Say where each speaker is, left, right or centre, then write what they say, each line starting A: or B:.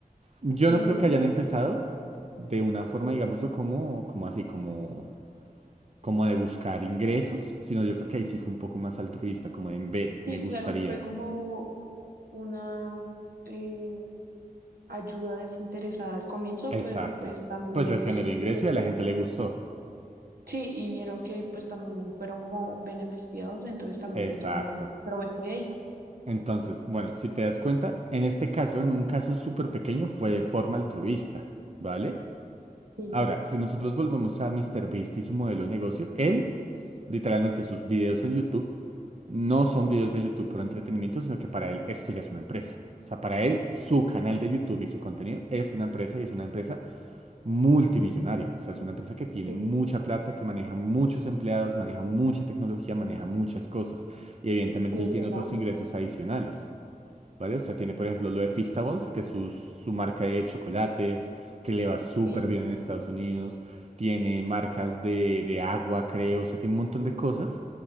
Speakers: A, on the right; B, on the right.
A: yo
B: sí,
A: no creo que hayan empezado de una forma, digámoslo, como, como así, como como de buscar ingresos, sino yo creo que ahí sí fue un poco más altruista, como de en ve,
B: sí,
A: me gustaría.
B: claro, fue como una eh, ayuda desinteresada al comienzo,
A: Exacto.
B: pero pues también
A: Pues les generó ingreso
B: ellos
A: y a la gente le gustó.
B: Sí, y vieron que pues también fueron como beneficiados, entonces también
A: Exacto.
B: tomaron provecho de ahí.
A: Entonces, bueno, si te das cuenta, en este caso, en un caso súper pequeño, fue de forma altruista, ¿vale?
B: Sí,
A: Ahora, si nosotros volvemos a Mister Beast y su modelo de negocio, él, literalmente sus videos en YouTube, no son videos de YouTube por entretenimiento, sino que para él esto ya es una empresa. O sea, para él, su canal de YouTube y su contenido es una empresa y es una empresa multimillonaria. O sea, es una empresa que tiene
B: sí,
A: mucha plata, que maneja muchos empleados, maneja mucha tecnología, maneja muchas cosas. Y evidentemente
B: sí,
A: él
B: es
A: tiene
B: verdad.
A: otros ingresos adicionales. ¿vale? O sea, tiene, por ejemplo, lo de Feastables, que es su, su marca de chocolates, que le va súper
B: Bien,
A: bien en Estados Unidos. Tiene marcas de, de agua, creo. O sea, tiene un montón de cosas